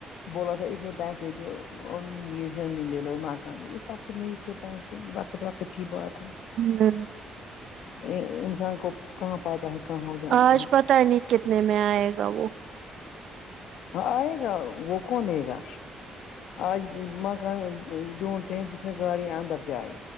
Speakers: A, on the left (about 80°); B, on the right (about 60°).
A: بولا تھا اتنے پیسے دو اور یہ زمین لے لو مکان اس وقت نہیں تھے ویسے ہی وقت وقت کی بات ہے
B: ہوں
A: ا انسان کو کہاں پاتا ہے کہاں جانا
B: آج
A: ہے
B: پتا نہیں کتنے میں آئے گا وہ
A: وہ آئے گا وہ کون لے گا آج مکان ڈھونڈتے ہیں جس میں گاڑی اندر جائے